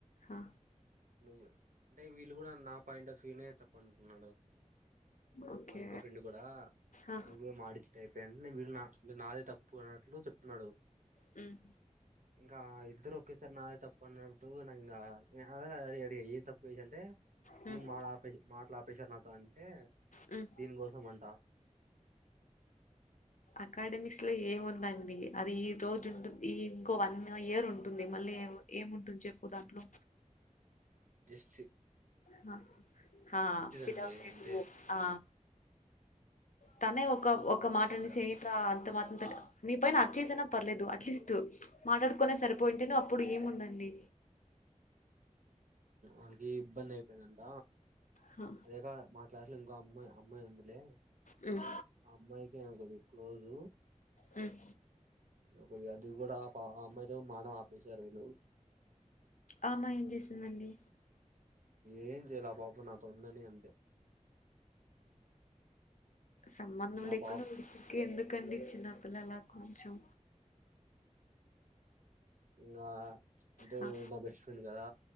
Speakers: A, on the left; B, on the right.
A: ఆ!
B: నువ్వు అంటే వీళ్ళు కూడా నా పాయింట్ రఫీనే తప్ప అంటున్నాడు
A: ఓకే.
B: మా ఇంకో ఫ్రెండ్ కూడా
A: ఆ!
B: నువ్వే మాడిచె టైపే అని నేను చూసిన నే నాదె తప్పు అన్నట్లు చెప్తున్నాడు
A: హ్మ్.
B: ఇంకా ఇద్దరు నాదే తప్ప అన్నబుడు నాకింక ఆల్రెడీ అడిగ ఏ తప్పు చేష అంటే
A: హ్మ్.
B: ఇందు మాట ఆపేసి మాట్లా ఆపేసరు నాకు త అంతే
A: హ్మ్.
B: దీనికోసం అంట
A: అకాడమిక్స్ లో ఏముందండి అది ఈ రోజు ఉంటుంది ఈ ఇంకో వన్ ఇయర్ ఉంటుంది మళ్ళీ ఏము ఏముంటుంది చెప్పు దాంట్లో
B: చి
A: హ హా పిడ
B: అండి
A: ఫ్రె
B: అంతే
A: ఉ ఆ తనే ఒ ఒక ఒక మాట
B: ఇంకా
A: అనేసి ఏంట్రా అంత మా థాట్ మీ పైన అర్ చేసినా పర్లేదు అట్లీస్ట్ మాట్లాడుకునే సరిపోయింటేను అప్పుడు ఏముందండి
B: ఆలకి ఇబ్బంది అయి ఏందంట
A: హా
B: అదేకాదు మా క్లాస్ లో ఇంకో అమ్మాయి అమ్మాయి ఉందిలే
A: హ్మ్
B: ఆ అమ్మాయికి నేను కొద్దిగా క్లోజ్
A: హ్మ్
B: ది అది కూడా అమ్మాయితో మానం ఆపేశారు వీళ్ళు
A: ఆ అమ్మాయి ఏం చేసిందండి
B: ఏం చేయాల ఆ పాప నాతో ఉందని అంతే
A: సంబంధం
B: ఆ
A: లేకుండా
B: పాప
A: మీకి ఎందుకండి చిన్నపిల్లలా కొంచెం
B: ఇంగ అంటే
A: హా
B: నా బెస్ట్ ఫ్రెండ్ కదా